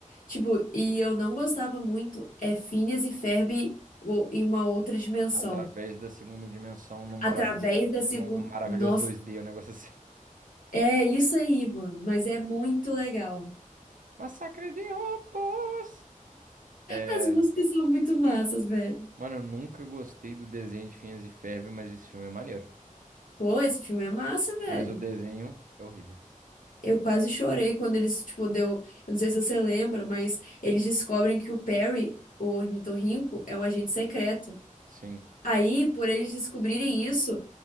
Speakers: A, on the left; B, on the right.
A: Tipo, e eu não gostava muito, é Phineas e Ferb o- em uma outra dimensão.
B: Através da segunda dimensão num maravilhoso,
A: Através da segunda.
B: num maravilhoso
A: Nossa,
B: 2D, um negócio assim.
A: é isso aí, mano, mas é muito legal.
B: <laughs> Massacre de robôs! É,
A: As músicas são muito massas, velho.
B: mano, eu nunca gostei do desenho de Phineas e Ferb, mas esse filme é maneiro.
A: Pô, esse filme é massa, velho.
B: Mas o desenho é horrível.
A: Eu quase chorei quando eles, tipo, deu. Eu não sei se você lembra, mas eles descobrem que o Perry, o ornitorrinco, é um agente secreto.
B: Sim.
A: Aí, por eles descobrirem isso,